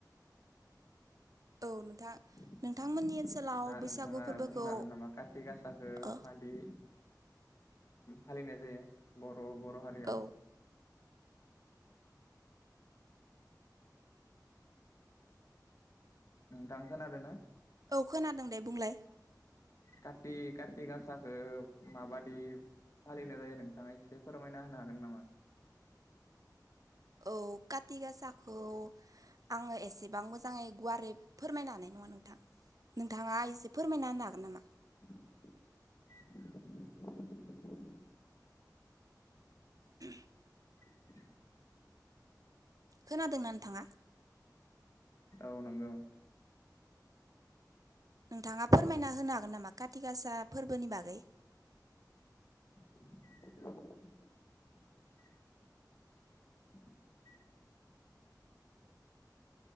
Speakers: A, on the right (about 55°); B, on the left (about 45°).
A: औ नोंथां
B: <inaudible>
A: नोंथांमोननि ओनसोलाव
B: दा
A: बैसागु
B: नोंथाङा
A: फोरबोखौ
B: बुंनो हागोन नामा काति गासाखौ
A: ओ
B: मादि फालिनाय जायो बर' बर' हारियाव
A: औ
B: नोंथां खोनादोंना
A: औ खोनादों दे बुंलाय
B: काति काति गासाखौ माबादि फालिनाय जायो नोंथाङा एसे फोरमायना होनो हागोन नामा
A: औ काथि गासाखौ आङो एसेबां मोजाङै गुवारै फोरमायनो हानाय नङा नोंथां नोंथाङा एसे फोरमायना होनो हागोन नामा
B: <unintelligible>
A: उ <unintelligible>
B: <unintelligible>
A: खोनादों ना नोंथाङा
B: औ नंगौ
A: नोंथाङा फोरमायना होनो हागोन नामा काति गासा फोरबोनि बागै
B: <unintelligible> <unintelligible>